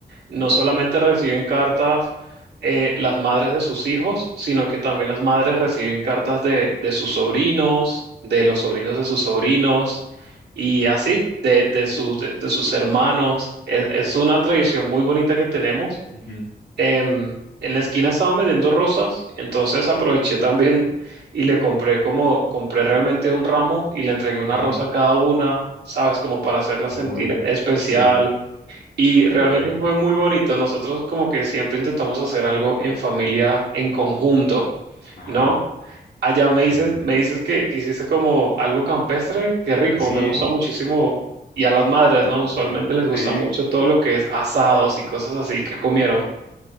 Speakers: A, on the right (about 80°); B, on the left (about 65°).
A: no solamente reciben cartas eh, las madres de sus hijos, sino que también las madres reciben cartas de, de sus sobrinos, de los sobrinos de sus sobrinos y así, de, de sus, de, de sus hermanos. Es, es una tradición muy bonita que tenemos.
B: Ujú,
A: Em, en la esquina estaban vendiendo rosas, entonces aproveché también y le compré como, compré realmente un ramo y le entregué una
B: ujú.
A: rosa a cada una, ¿sabes? Como para hacerla
B: Uy,
A: sentir especial.
B: sí,
A: Y realmente
B: uy,
A: fue muy bonito. Nosotros como que siempre intentamos hacer algo en familia, en conjunto,
B: ajá,
A: ¿no? Allá me
B: sí,
A: dices,
B: sí.
A: me dices que, que hiciste como algo campestre, qué rico,
B: Sí,
A: me gusta muchísimo. Y a las madres,
B: el
A: ¿no? Usualmente
B: padre.
A: les gusta
B: sí,
A: mucho todo lo que es asados y cosas así que comieron.